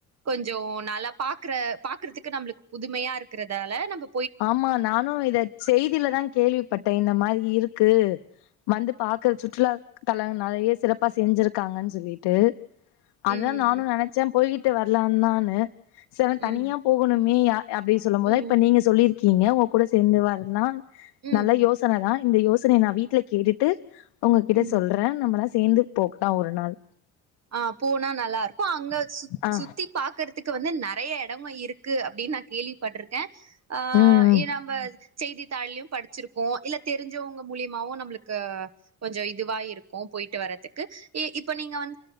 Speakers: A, on the right; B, on the left.
A: கொஞ்சம் நலா பாக்குற பாக்குறதுக்கு நம்ளுக் புதுமையா இருக்கறதால நம்பு
B: ஆமா நானு இத செய்தில தான் கேள்விப்பட்டேன் இந்த மாரி இருக் க்கு வந்து பாக்குற சுற்றுலா தலன் நிறைய சிறப்பா செஞ்சிருக்காங்கன் சொல்லிட்டு
A: ம்
B: அதான் நானும் நினைச்சேன் போயிட் ட்டு வரலான்நான்னு செவன்
A: ம்
B: தனியா போகணும் மீயா அப்படின்னு சொல்லும் போதே
A: ம்
B: இப்ப நீங்க இருக்கீங்க உ கூட சேர்ந்து வரலா
A: ம்
B: நல்ல யோசனை தான் இந்த யோசனை நான் வீட்ல கேட்டுட்டு உங்ககிட்ட
A: ம்
B: சொல்றேன் நம்மலா சேர்ந்து போக் லா ஒரு நாள்
A: ஆஹ் போனா நல்லா இருக்கும் அங்க சு
B: ஆ
A: சுத்தி பாக்குறதுக்கு வந்து நெறைய இடமும் இருக்கு இருக்கு அப்பிடி நான் கேள்விப்பட்டிருக்கேன் ஆஹ்
B: ம் ம்
A: ஏ நம்ம செய்தித்தாள்லயும் படிச்சிருக்கோம் இல்ல தெரிஞ்சவங்க மூலியமாவும் நம்மளுக்கு கொஞ்சம் இதுவாய இருக்கும் போயிட்டு வர்றதுக்கு இ இப்ப நீங்க